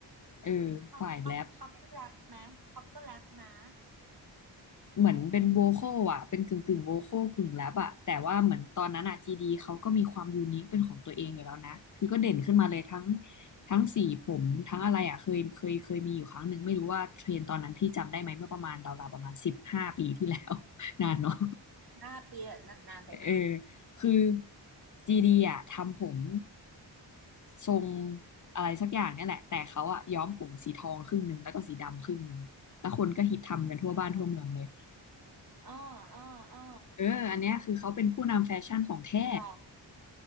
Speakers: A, on the left (about 45°); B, on the right (about 50°).
A: เออ
B: ท็อปท็อปท็อปก็แรปไหมท็อปก็แรปนะ
A: ฝ่ายแรป เหมือนเป็นโวคอลอ่ะเป็นกึ่งกึ่งโวคอลกึ่งแรปอ่ะแต่ว่าเหมือนตอนนั้นอ่ะจีดีเขาก็มีความยูนิคเป็นของตัวเองอยู่แล้วนะ คือก็เด่นขึ้นมาเลยทั้งทั้งสีผมทั้งอะไรอ่ะเคยเคยเคยมีอยู่ครั้งหนึ่งไม่รู้ว่าเทรนด์ตอนนั้นพี่จำได้ไหมเมื่อประมาณราวๆประมาณสิบห้าปีที่แล้ว <laughs> นานเนาะ
B: ห้าปีอะนานๆไปไหม
A: เออคือจีดีอ่ะทำผมทรงอะไรสักอย่างเนี่ยแหละแต่เขาอ่ะย้อมผมสีทองครึ่งหนึ่งแล้วก็สีดำครึ่งหนึ่งแล้วคนก็ฮิตทำกันทั่วบ้านทั่วเมืองเลย
B: อ๋ออ๋ออ๋ออ๋อ
A: เอออันเนี้ยคือเขาเป็นผู้นำแฟชั่นของแท้
B: หรอ